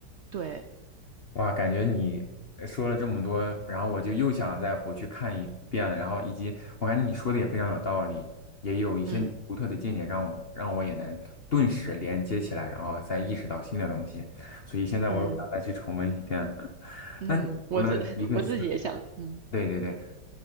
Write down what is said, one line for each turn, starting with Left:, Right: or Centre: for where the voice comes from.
Right: 对，
Left: 哇，感觉你呃说了这么多，然后我就又想再回去看一遍了。然后以及我感觉你说的也非常有道理，也有一些你独特的见解，
Right: 嗯
Left: 让我让我也能顿时连接起来，然后再意识到新的东西。所以现在我又想再去重温一遍。
Right: 嗯。
Left: <laughs>
Right: 嗯，
Left: 那你除了一个词，
Right: 我自 <laughs> 我自己也想，嗯
Left: 对对对，